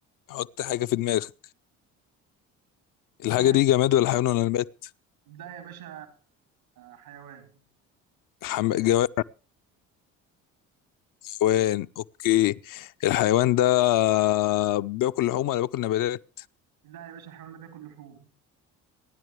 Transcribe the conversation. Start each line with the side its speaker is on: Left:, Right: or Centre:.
Left: حط حاجه في دماغك الحاجه
Right: ها
Left: دي جماد ولا حيوان ولا نبات
Right: لا يا باشا حيوان
Left: حم... جماد حيوان اوكي الحيوان ده بياكل لحوم ولا بياكل نباتات
Right: لا يا باشا الحيوان ده بياكل لحوم